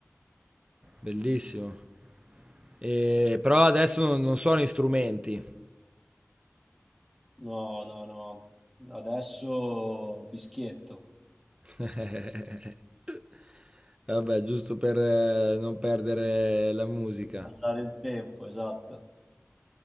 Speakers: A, on the right; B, in the centre.
A: bellissimo. Eh, però adesso non, non suono strumenti.
B: No, no, no, adesso fischietto,
A: <laughs> Vabbè, giusto per eh, non perdere la musica.
B: per passare il tempo, esatto.